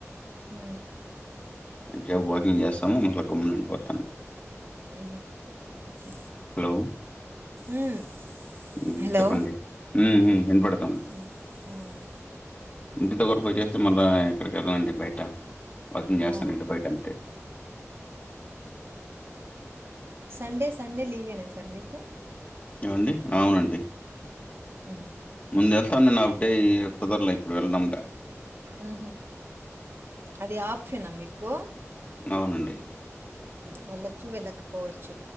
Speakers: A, on the right (about 50°); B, on the left (about 30°).
A: ఊ
B: కొంచేప్ వాకింగ్ చేస్సము మళ్ళ గమ్మునుండి ప తం
A: ఉహు ఓకే
B: హలో
A: ఉమ్,
B: ఉ
A: హలో
B: చెప్పండి ఉఉ ఇన్ పడద్ కం
A: ఉమ్, ఉమ్,
B: ఇంటితొ వరకు
A: ఉమ్,
B: అయ్ చ్చేస్సం మళ్ళా అండి బయట వాకింగ్ చేస్తానండి
A: ఆ,
B: బయటంతే
A: సండే సండే లీవేనా సార్ మీకు
B: ఏవండి అవునండి
A: హహ
B: ముందు వెళ్తన్నాను హాఫ్డే కుదరలే ఇప్పుడు <unintelligible>
A: ఆహా అది ఆప్షనా మీకు
B: అవునండి
A: వెళ్ళొచ్చు వెళ్లకపోవచ్చు